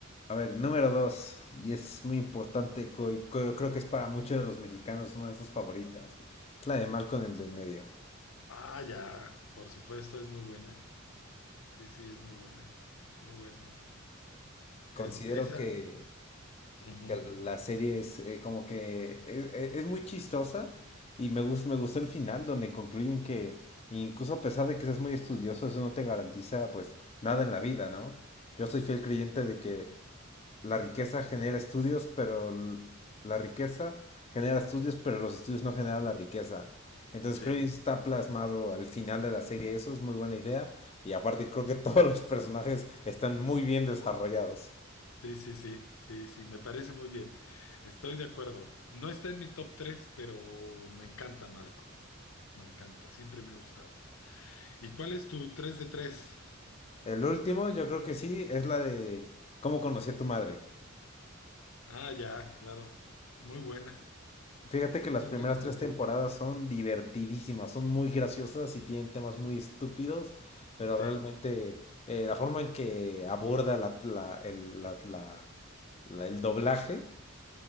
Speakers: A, on the left; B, on the left.
A: A ver, número dos, y es muy importante, co- co- creo que es para muchos de los mexicanos una de sus favoritas, es la de Malcolm el del medio.
B: Ah, ya, por supuesto, es muy buena. Sí, sí, es muy buena, muy buena.
A: Considero
B: Es esa.
A: que,
B: ujú,
A: que la serie es eh, como que es, es- es muy chistosa y me gusta, me gustó el final donde concluyen que incluso a pesar de que seas muy estudioso, eso no te garantiza pues nada en la vida, ¿no? Yo soy fiel creyente de que la riqueza genera estudios, pero l- la riqueza genera estudios, pero los estudios no generan la riqueza. Entonces
B: Sí,
A: creo que está plasmado al final de la serie, eso es muy buena idea. Y aparte creo que <laughs> todos los personajes están muy bien desarrollados.
B: sí, sí, sí, sí, sí, me parece muy bien. Estoy de acuerdo. No está en mi top 3 pero me encanta Malcolm. Me encanta, siempre me ha gustado. ¿Y cuál es tu tres de tres?
A: El último, yo creo que sí, es la de cómo conocí a tu madre.
B: Ah, ya, claro. Muy buena.
A: Fíjate que
B: Es
A: las
B: muy
A: primeras
B: buena
A: tres
B: también.
A: temporadas son divertidísimas, son muy graciosas y tienen temas muy estúpidos, pero
B: Sí,
A: realmente eh, la forma en que aborda la, la el- la- la- la- el doblaje,